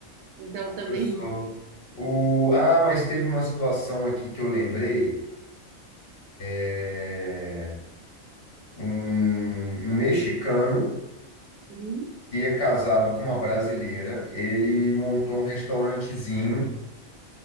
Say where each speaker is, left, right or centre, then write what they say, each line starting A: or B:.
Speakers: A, on the right; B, on the left.
A: Então também.
B: Olha só. O... Ah, mas teve uma situação aqui que eu lembrei. É... Um, um mexicano
A: Uhum.
B: que é casado com uma brasileira, ele montou um restaurantezinho.